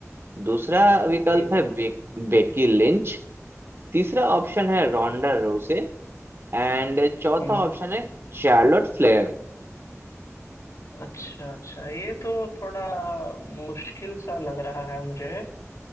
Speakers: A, on the right; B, on the left.
A: दूसरा विकल्प
B: ठीक
A: है
B: है
A: बे, बेकी लिंच तीसरा ऑप्शन है रोंडा रोसे एंड चौथा
B: हम्म
A: ऑप्शन है चार्लोट फ्लेयर
B: अच्छा अच्छा ये तो थोड़ा मुश्किल सा लग रहा है मुझे